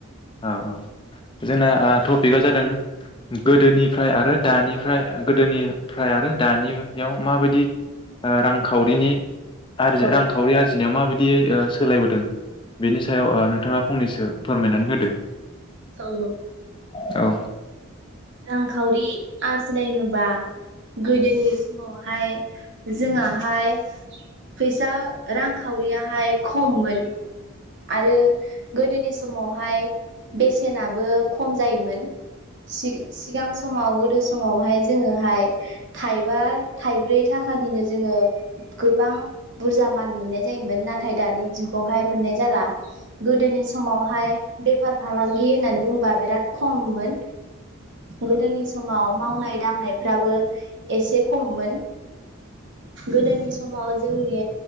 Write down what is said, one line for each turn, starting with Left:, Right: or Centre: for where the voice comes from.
Left: औ औ जोंना ओ टपिकआ जादों गोदोनिफ्राय आरो दानिफ्राय गोदोनिफ्राय आरो दानियाव माबायदि ओ रांखावरिनि आरजि
Right: औ
Left: रांखावरि आरजि दिना माबायदियै ओ सोलायबोदों बेनि सायाव ओ नोंथाङा फंनैसो फोरमायनानै होदो।
Right: औ औ
Left: औ
Right: रांखावरि आरजिनाय होनोबा गोदोनि समावहाय जोंआहाय फैसा रांखावरियाहाय खममोन। आरो गोदोनि समावहाय बेसेनाबो खम जायोमोन सि-सिगां समाव गोदो समावहाय जोङोहाय थाइबा थाइब्रै थाखानिनो जोङो गोबां बुरजा माल मोननाय जायोमोन नाथाय दानि जुगावहाय मोननाय जाला गोदोनि समावहाय बेफार फालांगि होननानै बुंबा बिराद खममोन गोदोनि समाव मावनाय दांनायफ्राबो एसे खममोन गोदोनि समाव जोंनि